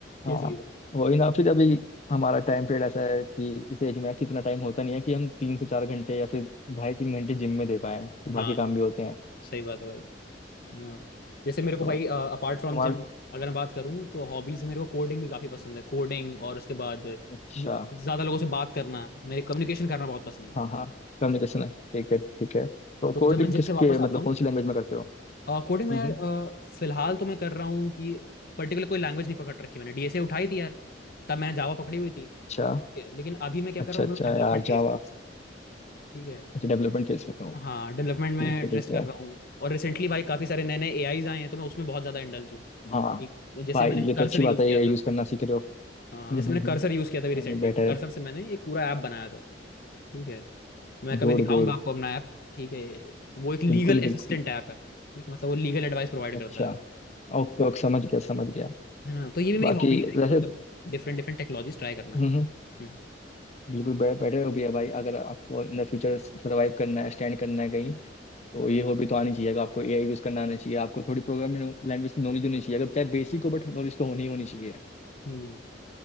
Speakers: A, on the left; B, on the left.
A: हाँ
B: ये चीज
A: वही ना फिर
B: है
A: अभी हमारा टाइम पीरियड ऐसा है कि इस एज में कितना टाइम होता नहीं है कि हम तीन से चार घंटे या फिर ढाई तीन घंटे जिम में दे पाए तो बाकी
B: हाँ
A: काम भी होते हैं
B: सही बात है भाई हाँ जैसे मेरे को
A: तो
B: भाई अपार्ट फ्रॉम
A: तुम्हारा
B: जिम अगर मैं बात करूँ तो हॉबीज मेरे को कोडिंग भी काफी पसंद है कोडिंग और उसके बाद
A: अच्छा
B: ज्यादा लोगों से बात करना मेरे कम्युनिकेशन करना बहुत पसंद है
A: हाँ हाँ कम्युनिकेशन है ठीक है ठीक है तो
B: तो
A: कोडिंग
B: जब मैं जिम
A: किसके
B: से वापस
A: मतलब
B: आता हूँ
A: कौन सी लैंग्वेज में करते हो
B: कोडिंग में
A: हम्म
B: यार
A: हम्म,
B: अ, फिलहाल तो मैं कर रहा हूँ कि पर्टिकुलर कोई लैंग्वेज नहीं पकड़ रखी मैंने डीएसए उठाई थी यार तब मैंने जावा पकड़ी हुई थी
A: अच्छा
B: ठीक है, लेकिन अभी मैं क्या
A: अच्छा
B: कर रहा
A: अच्छा
B: हूँ डेवलपमेंट
A: यार
B: फेज
A: जावा
B: में ठीक है
A: अच्छा डेवलपमेंट फेज में हो
B: हाँ डेवलपमेंट
A: ठीक
B: में
A: है
B: ट्रेस्ट
A: ठीक
B: कर
A: है
B: रहा हूँ और रिसेंटली भाई काफी सारे नए नए एआईज आए हैं तो मैं उसमें बहुत ज्यादा इंडल्ज हूँ
A: हाँ
B: कि जैसे
A: भाई
B: मैंने
A: ये तो
B: कर्सर
A: अच्छी बात
B: यूज
A: है
B: किया
A: ये यूज
B: था
A: करना सीख रहे हो
B: हाँ
A: हम्म
B: जैसे
A: हम्म
B: मैंने
A: हम्म
B: कर्सर यूज़ किया था अभी रिसेंटली
A: नहीं नहीं बेटर
B: कर्सर से मैंने एक पूरा ऐप बनाया था ठीक है मैं कभी
A: Good
B: दिखाऊंगा
A: good
B: आपको अपना ऐप ठीक है वो एक लीगल
A: बिल्कुल बिल्कुल
B: असिस्टेंट ऐप है ठीक है मतलब वो लीगल एडवाइस प्रोवाइड
A: अच्छा
B: करता है
A: ओके ओके समझ गया समझ गया
B: है ना तो ये भी मेरी
A: बाकी
B: हॉबीज है
A: वैसे
B: कि मतलब डिफरेंट डिफरेंट टेक्नोलॉजीज ट्राई करना
A: हम्म हम्म,
B: हम्म
A: बिल्कुल बेटर हो भी है भाई अगर आपको इन द फ्यूचर सर्वाइव करना है स्टैंड करना है कहीं तो ये हॉबी तो आनी चाहिए अगर आपको एआई यूज करना आना चाहिए आपको थोड़ी प्रोग्रामिंग लैंग्वेज की नॉलेज होनी चाहिए अगर चाहे बेसिक हो बट नॉलेज तो होनी ही होनी चाहिए
B: हम्म।